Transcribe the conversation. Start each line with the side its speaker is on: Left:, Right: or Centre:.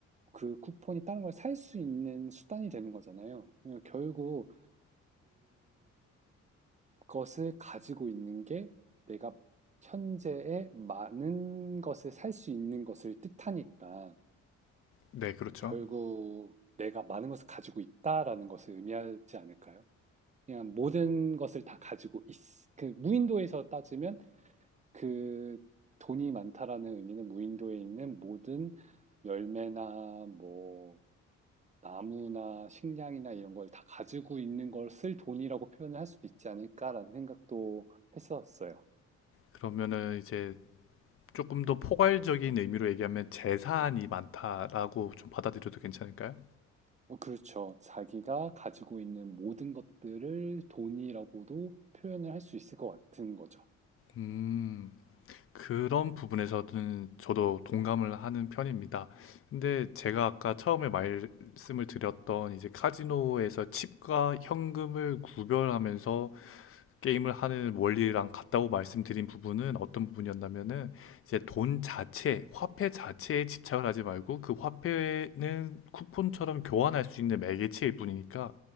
Right: 그 쿠폰이 다른 걸 살 수 있는 수단이 되는 거잖아요. 그러니까 결국 그것을 가지고 있는 게 내가 현재의 많은 것을 살 수 있는 것을 뜻하니까
Left: 네, 그렇죠.
Right: 결국 내가 많은 것을 가지고 있다라는 것을 의미하지 않을까요? 그냥 모든 것을 다 가지고 있, 그 무인도에서 따지면 그 돈이 많다라는 의미는 무인도에 있는 모든 열매나 뭐 나무나 식량이나 이런 걸 다 가지고 있는 걸 쓸 돈이라고 표현을 할 수도 있지 않을까라는 생각도 했었어요.
Left: 그러면은 이제 조금 더 포괄적인 의미로 얘기하면 재산이 많다라고 좀 받아들여도 괜찮을까요?
Right: 어, 그렇죠. 자기가 가지고 있는 모든 것들을 돈이라고도 표현을 할 수 있을 것 같은 거죠.
Left: 음, 그런 부분에서는 저도 동감을 하는 편입니다. 근데 제가 아까 처음에 말씀을 드렸던 이제 카지노에서 칩과 현금을 구별하면서 게임을 하는 원리랑 같다고 말씀드린 부분은 어떤 부분이었냐면은 이제 돈 자체, 화폐 자체에 집착을 하지 말고 그 화폐는 쿠폰처럼 교환할 수 있는 매개체일 뿐이니까